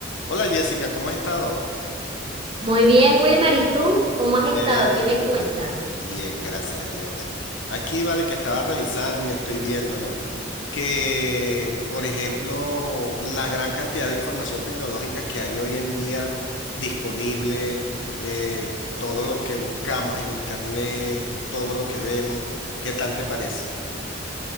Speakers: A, on the left (about 80°); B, on the right (about 30°).
A: Hola Jessica, ¿cómo has estado?
B: Muy bien, Wilmer, ¿y tú cómo has
A: Bien,
B: estado? ¿Qué me cuentas?
A: bien, bien, gracias a Dios. Aquí vale que estaba revisando y estoy viendo, ¿no? Que, por ejemplo, la gran cantidad de información tecnológica que hay hoy en día disponible, eh, todo lo que buscamos en Internet, todo lo que vemos, ¿qué tal te parece?